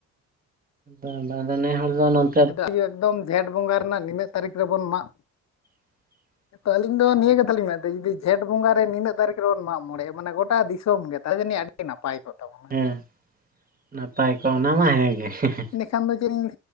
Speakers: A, on the right (about 30°); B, on the left (about 60°).
A: ᱦᱮᱸ ᱵᱟᱸᱫᱷᱱᱮ ᱦᱚᱸᱵᱚᱱ ᱚᱱ
B: ᱮᱫᱟᱜ <inaudible> ᱜᱤ ᱮᱠᱫᱚᱢ ᱜᱷᱮᱸᱴ ᱵᱚᱸᱜᱟ ᱨᱮᱱᱟᱜ ᱱᱤᱱᱟᱹᱜ ᱛᱟᱹᱨᱤᱠᱷ ᱨᱮᱵᱚᱱ ᱢᱟᱜ
A: <inaudible>
B: ᱛᱚ ᱟᱹᱞᱤᱧ ᱫᱚ ᱱᱤᱭᱟᱹ ᱠᱟᱛᱷᱟ ᱞᱤᱧ ᱢᱮᱱ ᱫᱟ ᱡᱩᱫᱤ ᱜᱷᱮᱸᱴ ᱵᱚᱸᱜᱟ ᱨᱮ ᱱᱤᱱᱟᱹᱜ ᱛᱟᱨᱤᱠᱷ ᱨᱮᱵᱚᱱ ᱢᱟᱜ ᱢᱚᱬᱮᱜᱼᱟ ᱢᱟᱱᱮ ᱜᱚᱴᱟ ᱫᱤᱥᱚᱢ ᱜᱮ ᱛᱟ ᱡᱟᱹᱱᱤ ᱟᱹᱰᱤ ᱟᱹᱰᱤ ᱱᱟᱯᱟᱭ ᱠᱚᱜ ᱛᱟᱵᱚᱱ ᱾
A: ᱦᱮᱸ ᱱᱟᱯᱟᱭ ᱠᱚᱜ, ᱚᱱᱟ ᱢᱟ ᱦᱮᱸ ᱜᱮ ᱦᱮᱸ ᱾
B: ᱤᱱᱟᱹ ᱠᱷᱟᱱ ᱫᱚ ᱪᱮᱫ ᱤᱧ